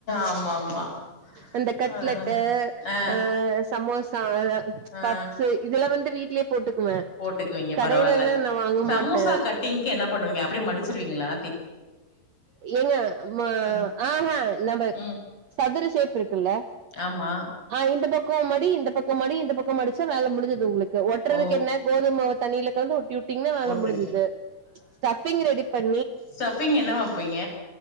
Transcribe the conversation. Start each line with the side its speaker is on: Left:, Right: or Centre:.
Left: ஆமா ஆமா
Right: அந்த கட்லெட்டு,
Left: ஆ ஆ
Right: அ சமோசா, அந்த
Left: ஆ ஆ
Right: பப்ஸு இதெல்லா வந்து வீட்லே போட்டுக்குவே
Left: போட்டுக்குவீங்க
Right: கடையிலல்லா
Left: பரவால்ல
Right: நா வாங்க
Left: சமோசா
Right: மாட்டே
Left: கட்டிங்கு என்ன பண்ணுவீங்க அப்டியே மடிச்சிருவீங்ளா
Right: ஏங்க ம
Left: ம்
Right: ஆஹா நம்ப
Left: ம்
Right: சதுர ஷேப் இருக்குல்ல
Left: ஆமா
Right: ஆ இந்த பக்கோ மடி இந்த பக்கோ மடி இந்த பக் கோ மடிச்சா வேல முடிஞ்சுது உங்குளுக்கு ஒட்றதுக்கு
Left: ஓ
Right: என்ன கோதும மாவ தண்ணியில கலந்து ஒட்டி யூட்டிங்னா வேல
Left: ஓகே
Right: முடிஞ்சுது ஸ்டஃப்பிங் ரெடி பண்
Left: ஸ்டஃப்பிங் என்ன வப்பீங்க